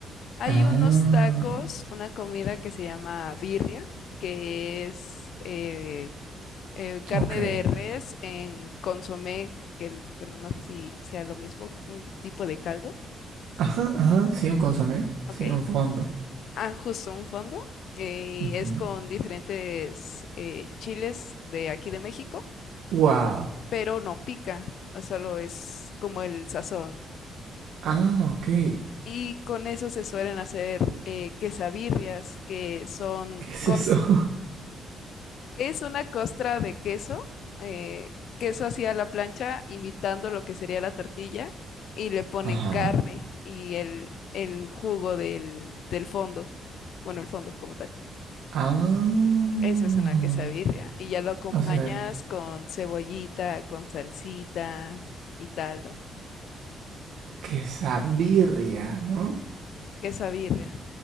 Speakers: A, on the left; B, on the right.
A: Hay
B: Ah,
A: unos tacos, una comida que se llama birria, que es eh, eh, carne
B: Ok.
A: de res en consomé, que el- bueno, no sé si sea lo mismo, un tipo de caldo,
B: Ajá, ajá, sí, un consomé, sí,
A: ¿ok?
B: un fondo.
A: Ah, justo un fondo. eh,
B: Ujú.
A: y es con diferentes eh, chiles de aquí de México,
B: Wow.
A: pero no pica, solo es como el sazón.
B: Ah, ok. ¿Qué
A: Y con eso se suelen hacer eh, quesabirrias, que son
B: es
A: cos-
B: eso? <laughs>
A: es una costra de queso, eh, queso así a la plancha, imitando lo que sería la tortilla, y le ponen
B: ajá.
A: carne y el, el jugo del, del fondo, bueno, el fondo como tal.
B: Ah,
A: Eso es una quesabirria. Y ya lo acompañas
B: o sea,
A: con cebollita, con salsita y tal, ¿no?
B: quesabirria, ¿no?
A: Quesabirria.